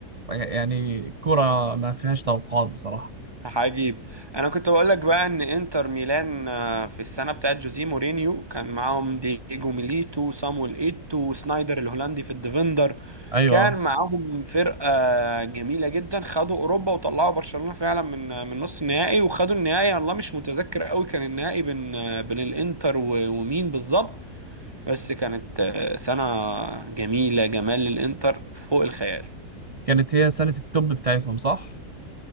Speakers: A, on the right; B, on the right.
A: يعني كرة ما فيهاش توقعات بصراحة
B: عجيب انا كنت بقول لك بقى ان انتر ميلان آه، في السنه بتاعت جوزيه مورينيو كان معاهم دييجو ميليتو وصامويل ايتو وسنايدر الهولندي في الديفندر
A: ايوه
B: كان معاهم فرقه جميله جدا خدوا اوروبا وطلعوا برشلونه فعلا من آه، من نص النهائي وخدوا النهائي والله مش متذكر قوي كان النهائي بين آه، بين الانتر و- ومين بالظبط بس كانت آه، سنه جميله جمال الانتر فوق الخيال
A: كانت هي سنة التوب بتاعتهم صح؟